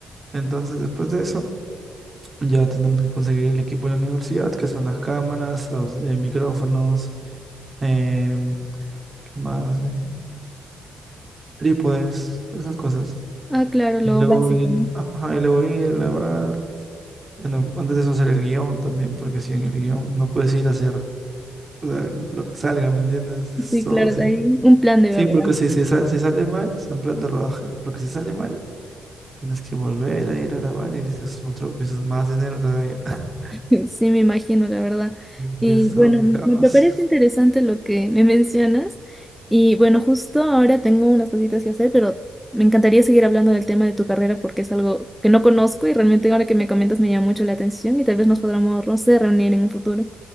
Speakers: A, on the right (about 35°); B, in the centre.
A: Entonces, después de eso, ya tenemos que conseguir el equipo de la universidad, que son las cámaras, los, eh, micrófonos em, más en trípodes, todas esas cosas.
B: Ah, claro, lo
A: Y luego
B: básico,
A: ir,
B: ¿no?
A: ajá, y luego ir, grabar. Bueno, antes de eso hacer el guión también, porque si en el guión no puedes ir a hacer o sea, lo que salga, ¿me entiendes?
B: Sí,
A: Todo
B: claro,
A: sí.
B: de ahí un plan debe
A: Sí,
B: haber.
A: porque si, si, sa- si sale mal, es en plan de rodaje. Porque si sale mal, tienes que volver a ir a grabar y es otro, pues, es más dinero todavía. <laughs>
B: <laughs> Sí, me imagino, la verdad. Y
A: Y es todo
B: bueno,
A: un
B: me
A: caos.
B: me- me parece interesante lo que me mencionas. Y bueno, justo ahora tengo unas cositas que hacer, pero me encantaría seguir hablando del tema de tu carrera porque es algo que no conozco y realmente ahora que me comentas me llama mucho la atención y tal vez nos podamos, no sé, reunir en un futuro.